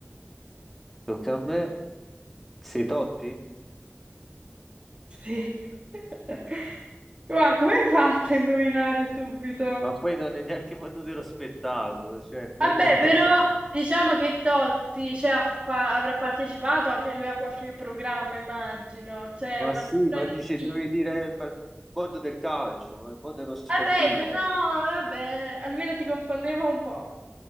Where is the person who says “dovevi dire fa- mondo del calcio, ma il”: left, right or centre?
Centre